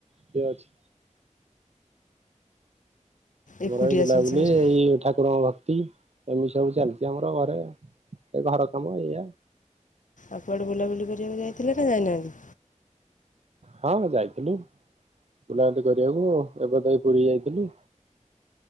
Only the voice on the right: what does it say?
କିଏ ଅଛି? ତମର
ବି ବୁଲାବୁଲି
ଏଇ ଠାକୁରଙ୍କ ଭକ୍ତି। ଏମି ସବୁ ଚାଲିଚି ଆମର ଘରେ ଏଇ ଘର କାମ ଏଇଆ।
ହଁ ଯାଇଥିଲୁ ବୁଲାବୁଲି କରିବାକୁ ଏବେ ତ ଏଇ ପୁରି ଯାଇଥିଲୁ।